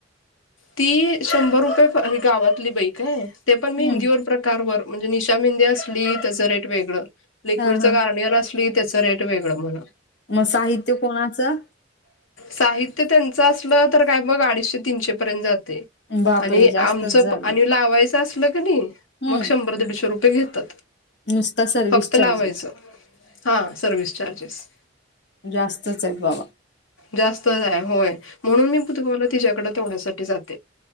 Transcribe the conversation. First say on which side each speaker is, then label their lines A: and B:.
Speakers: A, on the left; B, on the left.
A: ती शंभर रुपये गावातली बाई काय ते पण
B: हम्म
A: मी हिंदीवर प्रकारवर म्हणजे निशा मेंदी असली त्याच रेट वेगळं लिक्विडचं
B: हा हा
A: गार्णीयर अस ली त्याच रेट वेगळं म्हण.
B: म साहित्य कोणाचं?
A: साहित्य त्यांच असलं तर काय बघ अडीशे तीनशे पर्यंत जा तय
B: बापरे
A: आणि
B: जास्तच
A: आमचं
B: झालं
A: प आणि लावायचं असलं कणी
B: हम्म
A: मग शंभर दीडशे रुप पय घेतात,
B: नुसता सर्विस
A: फक्त
B: चार्जेस
A: लावायचं हा सर्विस चार्जेस.
B: जास्तचेत बाबा.
A: जास्तच हाय होय म्हणून मी <unintelligible> तिच्याकडं तेवड्यासा ठी जातंय